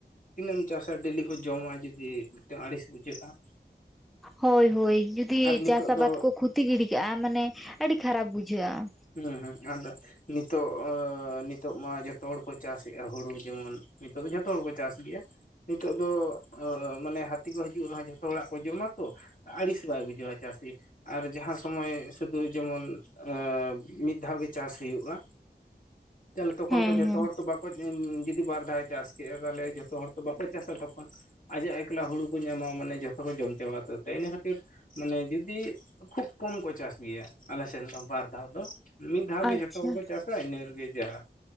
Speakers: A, on the left; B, in the centre.
A: ᱛᱤᱱᱟᱹᱜ ᱮᱢ ᱪᱟᱥᱟ ᱰᱮᱞᱤ ᱠᱚ ᱡᱚᱢᱟ ᱡᱩᱫᱤ ᱢᱤᱫᱴᱟᱝ ᱟᱹᱲᱤᱥ ᱵᱩᱡᱷᱟᱹᱜ-ᱟ‌ ᱾
B: ᱦᱳᱭ ᱦᱳᱭ ᱡᱩᱫᱤ
A: ᱱᱤᱛᱚᱜ
B: ᱪᱟᱥ
A: ᱫᱚ
B: ᱟᱵᱟᱫ ᱠᱚ ᱠᱷᱚᱛᱤ ᱜᱤᱰᱤ ᱠᱟᱜ-ᱟ ᱢᱟᱱᱮ ᱟᱹᱰᱤ ᱠᱷᱟᱨᱟᱯ ᱵᱩᱡᱷᱟᱹᱜ-ᱟ ᱾
A: ᱦᱩᱸ ᱦᱩᱸ ᱟᱫᱚ ᱱᱤᱛᱚᱜ ᱚᱻ ᱱᱤᱛᱚᱜ ᱢᱟ ᱡᱚᱛᱚ ᱦᱚᱲᱠᱚ ᱪᱟᱥ ᱮᱜ-ᱟ ᱦᱩᱲᱩ ᱡᱮᱢᱚᱱ ᱱᱤᱛᱚᱜ ᱫᱚ ᱡᱷᱚᱛᱚ ᱦᱚᱲᱠᱚ ᱪᱟᱥ ᱜᱮᱭᱟ ᱾ ᱱᱤᱛᱚᱜ ᱫᱚ ᱢᱟᱱᱮ ᱦᱟᱹᱛᱤ ᱠᱚ ᱦᱤᱡᱩᱜ ᱨᱮᱦᱚᱸ ᱡᱷᱚᱛᱚ ᱦᱚᱲᱟᱜ ᱠᱚ ᱡᱚᱢᱟ ᱛᱚ ᱟᱹᱲᱤᱥ ᱵᱟᱭ ᱵᱩᱡᱷᱟᱹᱣᱟ ᱪᱟᱹᱥᱤ ᱟᱨ ᱡᱟᱦᱟᱸ ᱥᱚᱢᱚᱭ ᱥᱩᱫᱩ ᱡᱮᱢᱚᱱ ᱮᱸ ᱢᱤᱫ ᱫᱷᱟᱣ ᱜᱮ ᱪᱟᱥ ᱦᱩᱭᱩᱜ-ᱟ ᱛᱟᱦᱞᱮ ᱛᱚᱠᱷᱚᱱ
B: ᱦᱮᱸ
A: ᱛᱚ ᱡᱚᱛᱚ
B: ᱦᱮᱸ
A: ᱦᱚᱲ ᱛᱚ ᱵᱟ <unintelligible> ᱡᱩᱫᱤ ᱵᱟᱨ ᱫᱷᱟᱣ ᱪᱟᱥ ᱠᱮᱫ-ᱟ ᱛᱟᱦᱚᱞᱮ ᱡᱷᱚᱛᱚ ᱦᱚᱲ ᱛᱚ ᱵᱟᱠᱚ ᱪᱟᱥᱟ ᱛᱚᱠᱷᱚᱱ ᱟᱡᱟᱜ ᱮᱠᱞᱟ ᱦᱩᱲᱩ ᱠᱚ ᱧᱟᱢᱟ ᱢᱟᱱᱮ ᱡᱷᱚᱛᱚ ᱠᱚ ᱡᱚᱢ ᱪᱟᱵᱟ ᱩᱛᱟᱹᱨ ᱛᱟᱭᱟ ᱤᱱᱟᱹ ᱠᱷᱟᱹᱛᱤᱨ ᱢᱟᱱᱮ ᱡᱩᱫᱤ ᱠᱷᱩᱵ ᱠᱚᱢ ᱠᱚ ᱪᱟᱥ ᱜᱮᱭᱟ ᱟᱞᱮᱥᱮᱱ ᱫᱚ ᱵᱟᱨ ᱫᱷᱟᱣ ᱫᱚ ᱾ ᱢᱤᱫ ᱫᱷᱟᱣ ᱜᱮ
B: ᱟᱪᱪᱷᱟ
A: ᱡᱷᱚᱛᱚ ᱦᱚᱲ ᱠᱚ ᱪᱟᱥᱟ ᱤᱱᱟᱹ ᱨᱮᱜᱮ ᱡᱟ ᱾